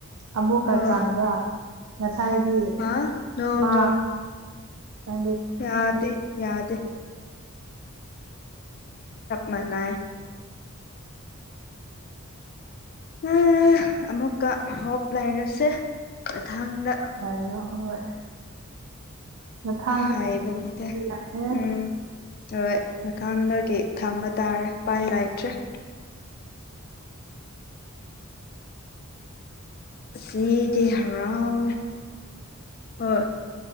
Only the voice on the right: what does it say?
ꯑꯃꯨꯛꯀ
ꯆꯥꯡꯕ꯭ꯔꯥ ꯉꯁꯥꯏꯗꯤ
ꯆꯥꯡ
ꯥꯏꯅꯣ ꯍꯣꯏ ꯃꯊꯥꯡꯗ
ꯌꯥꯔꯦ